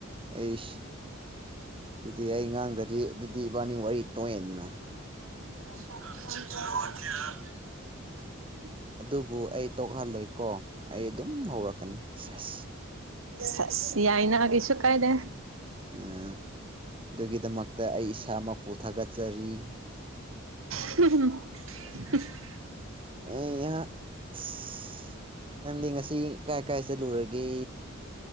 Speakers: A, on the right (about 25°); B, on the right (about 85°).
A: ꯑꯩꯁ ꯑꯗꯨꯗꯤ ꯑꯩ ꯉꯥꯡꯗ꯭ꯔꯗꯤ ꯑꯗꯨꯗꯤ ꯏꯕꯥꯅꯤ ꯋꯥꯔꯤ ꯇꯣꯛꯑꯦꯗꯅ
B: <inaudible>
A: ꯑꯗꯨꯕꯨ ꯑꯩ ꯇꯣꯛꯍꯜꯂꯣꯏꯀꯣ ꯑꯩ ꯑꯗꯨꯝ ꯍꯧꯔꯛꯀꯅꯤ ꯁꯦꯁ
B: ꯁꯦꯁ ꯌꯥꯏꯅ ꯀꯩꯁꯨ ꯀꯥꯏꯗꯦ
A: ꯎꯝ ꯑꯗꯨꯒꯤꯗꯃꯛꯇ ꯑꯩ ꯏꯁꯥꯃꯛꯄꯨ ꯊꯥꯒꯠꯆꯔꯤ
B: ꯍꯝ ꯍꯝ ꯍꯝ <unintelligible>
A: ꯑꯩ ꯍꯥ ꯑꯁ ꯅꯪꯗꯤ ꯉꯁꯤ ꯀꯥꯏ ꯀꯥꯏ ꯆꯠꯂꯨꯔꯒꯦ